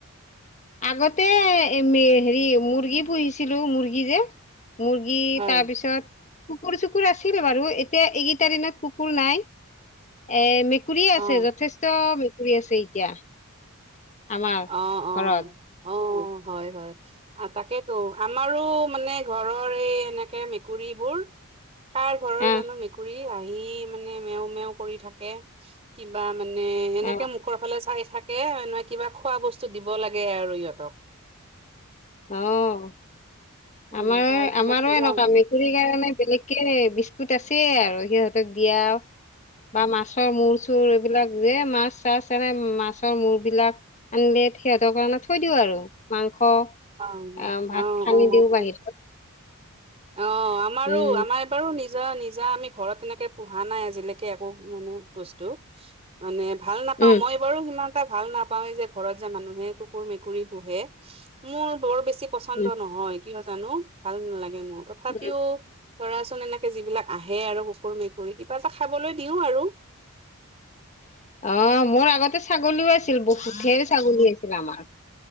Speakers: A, on the left; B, on the right.
A: আগতে হেৰি মুৰ্গী পুহিছিলো মুৰ্গী যে মুৰ্গী
B: হয়
A: তাৰ পিছত কুকুৰ চুকুৰ আছে আছিল বাৰু এতিয়া এইকেইটা দিনত কুকুৰ নাই এ মেকুৰীয়ে
B: অ
A: আছে যথেষ্ট মেকুৰী আছে এতিয়া আমাৰ
B: অ অ
A: ঘৰত
B: অ হয় হয় তাকেই ত' আমাৰো মানে ঘৰৰ এই এনেকে মেকুৰীবোৰ কাৰ ঘৰৰ
A: আহ
B: জানো মেকুৰী আহি মানে মেও মেও কৰি থাকে কিবা মানে এনেকে
A: আহ
B: মুখৰ ফালে চাই থাকেনে কিবা খোৱা বস্তু দিব লাগে আৰু ইহঁতক
A: আহ
B: উম
A: আমাৰ
B: তাৰ পিছত
A: আমাৰো
B: কিবা
A: এনেকুৱা মেকুৰীৰ কাৰণে বেলেগকে বিস্কুট আছে আৰু সিহঁতক দিয়া বা মাছৰ মূৰ চুৰ বিলাক যে মাছ চানে মাছৰ মূৰ বিলাক আনিলে সিহঁতৰ কাৰণে থৈ দিও আৰু মাংস
B: অ
A: আহ ভাত
B: অ
A: সানি দিওঁ
B: অ
A: বাহিৰত
B: অ আমাৰো
A: উম,
B: আমাৰ এবাৰো নিজ নিজা নিজা আমি ঘৰত তেনেকে পোহা নাই আজিলৈকে একো মানে বস্তু মানে ভাল নাপাওঁ
A: উম,
B: মই বাৰো সিমান এটা ভাল নাপাও যে ঘৰত যে মানুহে কুকুৰ মেকুৰী পোহে,, মোৰ বৰ বেছি বেছি পচন্দ
A: উম,
B: নহয় কিয় জানো ভাল নালাগে মোৰ, তথাপিও
A: উম।
B: ধৰাচোন এনেকে যিবিলাক আহে আৰু কুকুৰ মেকুৰী কিবা এটা খাবলৈ দিওঁ আৰু।
A: <unintelligible> অ মোৰ আগতে ছাগলীও আছিল বহুত ধেৰ ছাগলী আছিল আমাৰ।